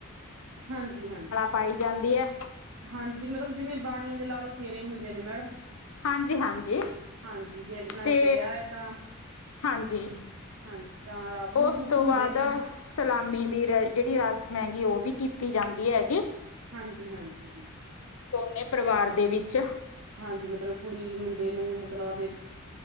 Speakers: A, on the right; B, on the left.
A: ਹਾਂਜੀ-ਹਾਂਜੀ-ਹਾਂਜੀ
B: ਪਾਈ ਜਾਂਦੀ ਹੈ
A: ਮਤਲਬ, ਜਿਵੇਂ ਬਾਣੀਆਂ ਦੇ ਲਾ ਲੋ ਫੇਰੇ ਹੁੰਦੇ ਨੇ ਮੈਡਮ
B: ਹਾਂਜੀ ਹਾਂਜੀ
A: ਹਾਂਜੀ, ਜੇ ਨਾਈਟ
B: ਤੇ
A: ਵਿਆਹ ਐ ਤਾਂ
B: ਹਾਂਜੀ,
A: ਹਾਂਜੀ ਤਾਂ ਰਾਤ ਨੂੰ
B: ਉਸ
A: ਸ਼ੁਰੂ
B: ਤੋਂ
A: ਹੁੰਦੇ
B: ਬਾਅਦ
A: ਨੇ
B: ਸਲਾਮੀ ਦੀ ਜਿਹੜੀ ਰਸਮ ਐ, ਉਹ ਵੀ ਕੀਤੀ ਜਾਂਦੀ ਐ ਗੀ।
A: ਹਾਂਜੀ-ਹਾਂਜੀ।
B: ਦੋਨੇ ਪਰਿਵਾਰ ਦੇ ਵਿੱਚ
A: ਹਾਂਜੀ, ਮਤਲਬ ਕੁੜੀ ਮੁੰਡੇ ਨੂੰ ਮਤਲਬ ਉਹਦੇ